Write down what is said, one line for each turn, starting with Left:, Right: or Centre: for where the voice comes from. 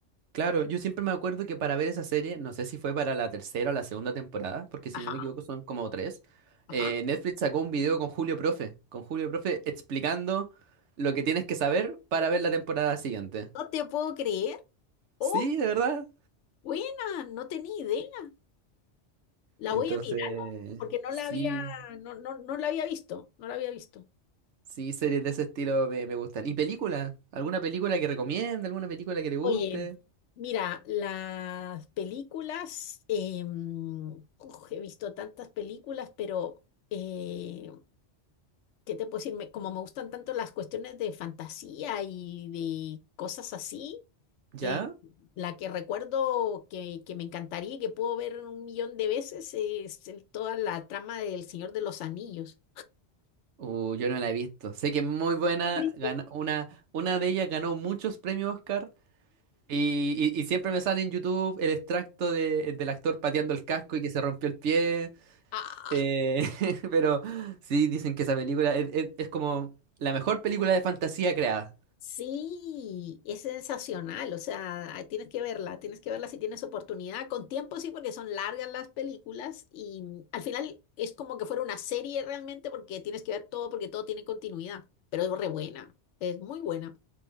Right: Claro, yo siempre me acuerdo que para ver esa serie, no sé si fue para la tercera o la segunda temporada, porque si
Left: Ajá,
Right: no me equivoco son como tres,
Left: ajá.
Right: eh, Netflix sacó un video con Julio Profe, con Julio Profe explicando lo que tienes que saber para ver la temporada siguiente.
Left: No te puedo creer. Oh,
Right: Sí, de verdad.
Left: buena, no tenía idea. La
Right: Entonces,
Left: voy a mirar porque no la
Right: sí,
Left: había, no, no, no la había visto, no la había visto.
Right: sí, series de ese estilo me, me gustan. ¿Y películas? ¿Alguna película que recomiende? ¿Alguna película que te guste?
Left: Oye, mira, las películas, em, uf, he visto tantas películas, pero... eh, ¿Qué te puedo decir? Me- como me gustan tanto las cuestiones de fantasía y de cosas así,
Right: ¿Ya?
Left: eh, la que recuerdo que, que me encantaría y que puedo ver un millón de veces es el- toda la trama del Señor de los Anillos.
Right: Uh, yo no la he visto. Sé que es muy buena.
Left: Sí.
Right: gana- una, una de ellas ganó muchos premios Oscar. Y, y- y siempre me sale en YouTube el extracto de- del actor pateando el casco y que se rompió el pie.
Left: Ah,
Right: eh, <laughs> pero sí, dicen que esa película es, es- es como la mejor película de fantasía creada.
Left: Sí, es sensacional, o sea, ahí tienes que verla, tienes que verla si tienes oportunidad, con tiempo sí, porque son largas las películas y mm, al final es como que fuera una serie realmente porque tienes que ver todo porque todo tiene continuidad, pero es re buena, es muy buena.